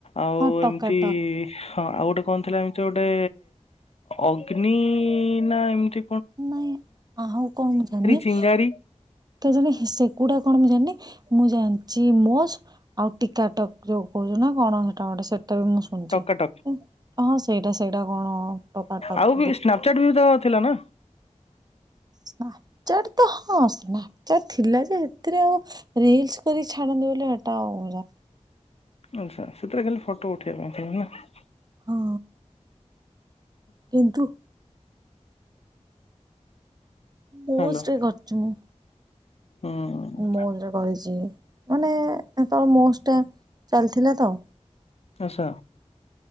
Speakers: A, on the left; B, on the right.
A: ଆଉ
B: ହଁ ଟକାଟକ୍
A: ଏମତି ହଁ ଆଉ ଗୋଟେ କଣ ଥିଲା ଏମିତି ଗୋ ଏ ଅଗ୍ନି ନାଁ ଏମତି
B: ନାଇଁ ଆଉ କଣ ମୁଁ ଜାଣିନି।
A: ଚିଙ୍ଗାରି
B: କେଜାଣି ସେଗୁଡା କଣ ମୁଁ ଜାଣିନି। ମୁଁ ଜାଣଚି ମୋଜ୍ ଆଉ ଟିକାଟକ୍ ଯୋଉ କୋହୁଚ ନାଁ କଣ ହେଟା ଗୋଟେ ସେ ତେବେ ମୁଁ ଶୁଣିଚି।
A: ଟକାଟକ୍
B: ହଁ ସେଇଟା ସେଇଟା କଣ ଟକା ଟକ୍
A: ଆଉ ବି
B: ବୋଧେ।
A: ସ୍ନାପଚାଟ୍ ବି ତ ଥିଲା ନା
B: ସ୍ନାପଚାଟ୍ ତ ହଁ ସ୍ନାପଚଟ୍ ଥିଲା ଯେ ହେତିରେ ଆଉ ରେଲସ କରି ଛାଡ଼ନ୍ତି ବୋଲି ହେଟା ଆଉ ଜା
A: ଆଚ୍ଛା ସେତିରେ ଖାଲି ଫଟ ଉ ଉଠେଇ ପାରୁଥୁଲେ ନାଁ।
B: ହଁ। କିନ୍ତୁ ପୋଷ୍ଟ
A: ହ୍ୟାଲୋ
B: ବି କରିଚି ମୁଁ।
A: ହୁଁ
B: ମୋଜ୍ କରିଚି। ମାନେ ହେତୋଳେ ମୋଜ୍ ଟା ଚାଲିଥିଲା ତ।
A: ଆଚ୍ଛା।